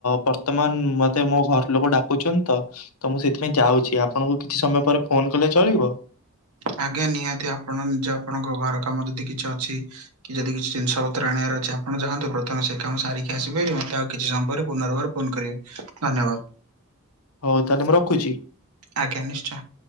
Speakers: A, on the left; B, on the right.
A: ବର୍ତ୍ତମାନ ମୋତେ ମୋ ଘର ଲୋକ ଡାକୁଛନ୍ତି ତ ତ ମୁଁ ସେଥିପାଇଁ ଯାଉଛି ଆପଣଙ୍କୁ କିଛି ସମୟ ପରେ ଫୋନ୍ କଲେ ଚଳିବ?
B: ଆଜ୍ଞା ନିହାତି ଆପଣ ନିଜ ଆପଣଙ୍କ ଘର କାମ ଯଦି କିଛି ଅଛି କି ଯଦି କିଛି ଜିନିଷ ପତ୍ର ଆଣିବାର ଅଛି ଆପଣ ଯାଆନ୍ତୁ ପ୍ରଥମେ ସେ କାମ ସାରିକି ଆସିବେ ହେରି। ମୋତେ ଆଉ କିଛି ସମୟ ପରେ ପୁନର୍ବାର ଫୋନ୍ କରିବେ ଧନ୍ୟବାଦ।
A: ହଉ ତାହେଲେ ମୁଁ ରଖୁଚି।
B: ଆଜ୍ଞା ନିଶ୍ଚୟ।